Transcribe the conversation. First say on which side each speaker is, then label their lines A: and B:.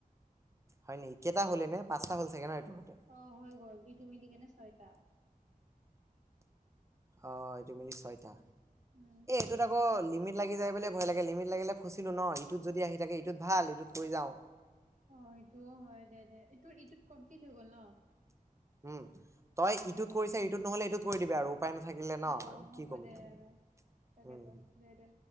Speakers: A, on the right (about 20°); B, on the right (about 55°).
A: হয় নে কেইটা হ'লে নে পচ হল চাগে ন এইটোৰতে <unintelligible>
B: অ' হৈ গ'ল এইটো মিলি কেনে ছয়টা।
A: অ' এইটো মিলি ছয়টা।
B: উম।
A: ইটোত আকৌ লিমিট লাগি যাই বুলিয় ভয় লাগে, লিমিট লাগিলে ফুচিলো ন ইটোত যদি আহি থাকে ইটোত ভাল ইটোত কৰি যাওঁ।
B: অ' সেইটোও হয় দে, এইটো এইটোত কমপ্লিট হৈ গ'ল ন।
A: উম, তই ইটোত
B: দে
A: কৰিছ ইটোত নহ'লে এইটোত কৰি দিবি আৰু উপায় নাথাকিলে ন
B: অ
A: আৰু
B: হ'ব
A: কি কম
B: দে
A: এতিয়া মই।
B: আৰু তাকেতো।
A: উম
B: দে দে